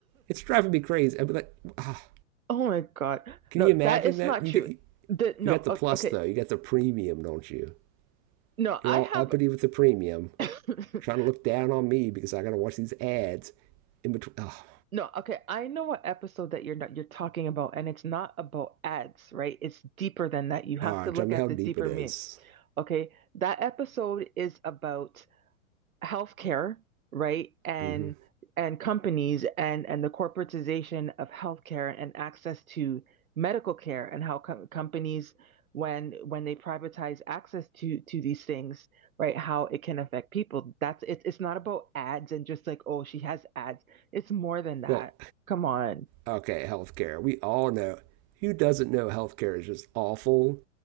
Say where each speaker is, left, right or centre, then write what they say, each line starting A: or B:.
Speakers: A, on the right; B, on the right.
A: it's driving me crazy. I'd be like, ah,
B: Oh my God.
A: can
B: No,
A: you imagine
B: that is
A: that?
B: not
A: You
B: true.
A: get You
B: The no,
A: got the
B: o-
A: plus
B: okay.
A: though. You got the premium, don't you?
B: No,
A: You're
B: I
A: all
B: have
A: uppity with the premium,
B: <laughs>
A: trying to look down on me because I gotta watch these ads in between. Oh,
B: No, okay. I know what episode that you're not you're talking about and it's not about ads, right? It's deeper than that. You have
A: all right,
B: to look
A: tell me
B: at
A: how
B: the
A: deep
B: deeper
A: it is.
B: meaning. Okay. That episode is about healthcare, right? And
A: Mm-hmm.
B: and companies and and the corporatization of healthcare and access to medical care and how com- companies when when they privatize access to to these things, right? How it can affect people. That's it. it's not about ads and just like, oh, she has ads. It's more than that.
A: Well,
B: Come on.
A: okay, healthcare. We all know. Who doesn't know healthcare is just awful?